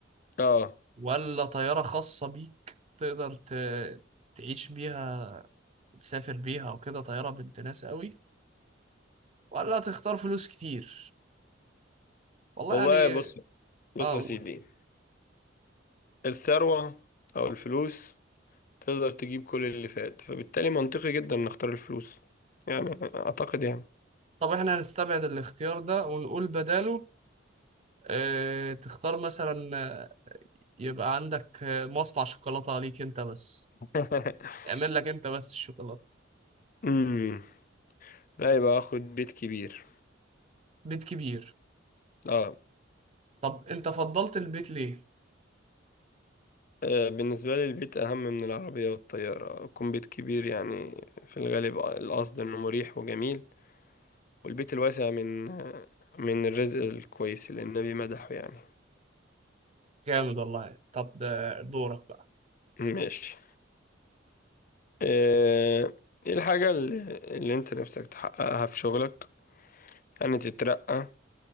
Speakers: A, on the left; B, on the right.
A: اه
B: ولا طيارة خاصة بيك تقدر ت- تعيش بيها وتسافر بيها وكده طيارة بنت ناس قوي ولا هتختار فلوس كتير والله
A: والله
B: يعني
A: بص بص
B: اه
A: يا
B: اقول
A: سيدي الثروة او الفلوس تقدر تجيب كل اللي فات فبالتالي منطقي جدا نختار الفلوس يعني اعتقد يعني
B: طب احنا هنستبعد الاختيار ده ونقول بداله اه تختار مثلا يبقى عندك مصنع شوكولاتة ليك انت بس
A: <laughs>
B: يعمل لك انت بس الشوكولاتة
A: امم لا يبقى اخد بيت كبير
B: بيت كبير
A: اه
B: طب انت فضلت البيت ليه
A: آه، بالنسبة لي البيت أهم من العربية والطيارة يكون بيت كبير يعني في الغالب القصد إنه مريح وجميل والبيت الواسع من آه، من الرزق الكويس اللي النبي مدحه يعني
B: جامد والله طب آه، دورك بقى
A: ماشي آه، إيه الحاجة اللي اللي أنت نفسك تحققها في شغلك يعني تترقى